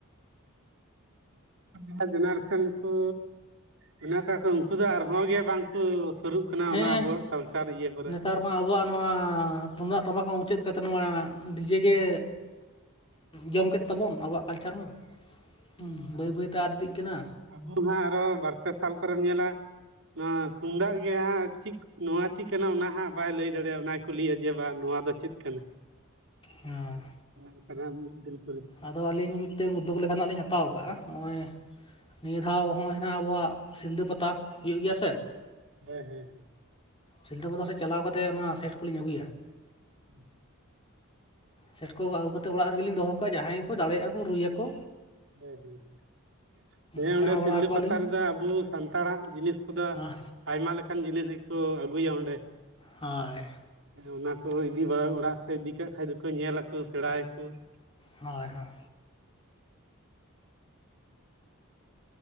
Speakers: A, on the right; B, on the left.
A: <unintelligible> ᱡᱮᱱᱟᱨᱮᱥᱚᱱ ᱠᱚ ᱢᱮᱱᱟᱜ ᱠᱟᱜ ᱠᱚᱣᱟ ᱩᱱᱠᱩ ᱫᱚ ᱟᱨᱦᱚᱸ ᱜᱮ ᱵᱟᱝᱠᱩ ᱥᱩᱨᱩᱜ ᱠᱟᱱᱟ
B: ᱦᱮᱸ
A: ᱚᱱᱟ ᱟᱵᱚᱣᱟᱜ ᱠᱟᱞᱪᱟᱨ ᱤᱭᱟᱹ ᱠᱚᱨᱮ᱾
B: ᱱᱮᱛᱟᱨ ᱟᱵᱚᱣᱟᱜ ᱱᱚᱣᱟ ᱛᱩᱢᱫᱟᱜ ᱛᱚᱢᱟ ᱢᱩᱪᱟᱹᱫ ᱠᱟᱛᱮ ᱱᱚᱣᱟ ᱰᱤᱡᱮ ᱜᱮ ᱡᱚᱢ ᱠᱮᱫ ᱛᱟᱵᱚᱱ ᱟᱵᱚᱣᱟᱜ ᱠᱟᱞᱪᱟᱨ ᱢᱟ, ᱦᱩᱸ, ᱵᱟᱹᱭ ᱵᱟᱹᱭᱛᱮ ᱟᱫ ᱤᱫᱤᱜ ᱠᱟᱱᱟ᱾
A: ᱟᱵᱩ ᱦᱟᱸᱜ ᱟᱨᱚ ᱵᱟᱨ-ᱯᱮ ᱥᱟᱞ ᱠᱚᱨᱮᱢ ᱧᱮᱞᱟ ᱱᱚᱣᱟ ᱛᱩᱢᱫᱟᱜ ᱜᱮ ᱦᱟᱸᱜ ᱪᱤ ᱱᱚᱣᱟ ᱪᱤᱫ ᱠᱟᱱᱟ ᱚᱱᱟ ᱦᱟᱸᱜ ᱵᱟᱭ ᱞᱟᱹᱭ ᱫᱟᱲᱮᱭᱟᱜ ᱚᱱᱟᱭ ᱠᱩᱞᱤᱭᱟ ᱡᱮ, ᱵᱟᱝ ᱱᱚᱣᱟ ᱫᱚ ᱪᱮᱫ ᱠᱟᱱᱟ?
B: ᱦᱩᱸ᱾
A: <unintelligible>
B: ᱟᱫᱚ ᱟᱹᱞᱤᱧ ᱢᱤᱫᱴᱮᱱ ᱩᱫᱫᱳᱜᱽ ᱞᱮᱠᱟᱱᱟᱜ ᱞᱤᱧ ᱦᱟᱛᱟᱣ ᱠᱟᱜᱼᱟ ᱱᱚᱜᱼᱚᱭ
A: ᱦᱮᱸ
B: ᱱᱤᱭᱟᱹ ᱫᱷᱟᱣ ᱦᱚᱸᱜᱼᱚᱭ ᱦᱮᱱᱟᱜ ᱟᱵᱚᱣᱟᱜ ᱥᱤᱞᱫᱟᱹ ᱯᱟᱛᱟ ᱦᱩᱭᱩᱜ ᱜᱮᱭᱟ ᱥᱮ?
A: ᱦᱮᱸ ᱦᱩᱸ ᱦᱩᱸ
B: ᱥᱤᱞᱫᱟᱹ ᱯᱟᱛᱟ ᱥᱮᱫ ᱪᱟᱞᱟᱣ ᱠᱟᱛᱮ ᱚᱱᱟ ᱥᱮᱴ ᱠᱚᱞᱤᱧ ᱟᱹᱜᱩᱭᱟ
A: <inaudible>
B: ᱥᱮᱴ ᱠᱚ ᱟᱹᱜᱩ ᱠᱟᱛᱮ ᱚᱲᱟᱜ ᱨᱮᱜᱮᱞᱤᱧ ᱫᱚᱦᱚ ᱠᱟᱜᱼᱟ ᱡᱟᱦᱟᱸᱭ ᱜᱮᱠᱚ ᱫᱟᱲᱮᱭᱟᱜᱼᱟ ᱠᱚ ᱨᱩᱭᱟᱠᱚ
A: ᱦᱮᱸ ᱦᱩᱸ ᱦᱩᱸ ᱦᱮᱸ
B: ᱥᱮᱬᱟ
A: ᱚᱸᱰᱮ
B: ᱵᱟᱲᱟ
A: ᱥᱤᱞᱫᱟᱹ
B: ᱟᱠᱚᱣᱟᱞᱤᱧ
A: ᱯᱟᱛᱟ ᱨᱮᱫᱚ ᱟᱵᱚ ᱥᱟᱱᱛᱟᱲ ᱟᱜ ᱡᱤᱱᱤᱥ ᱠᱚᱫᱚ
B: ᱦᱳᱭ
A: ᱟᱭᱢᱟ ᱞᱮᱠᱟᱱ ᱡᱤᱱᱤᱥ ᱜᱮᱠᱚ ᱟᱹᱜᱩᱭᱟ ᱚᱸᱰᱮ᱾
B: ᱦᱳᱭ
A: ᱚᱱᱟ ᱠᱚ ᱤᱫᱤ ᱵᱟᱲᱟ ᱚᱲᱟᱜ ᱥᱮᱫ ᱤᱫᱤ ᱠᱟᱜ ᱠᱷᱟᱡ ᱫᱚᱠᱚ ᱧᱮᱞ ᱟᱠᱚ ᱥᱮᱬᱟᱭ ᱟᱠᱚ ᱾
B: ᱦᱳᱭ ᱦᱳᱭ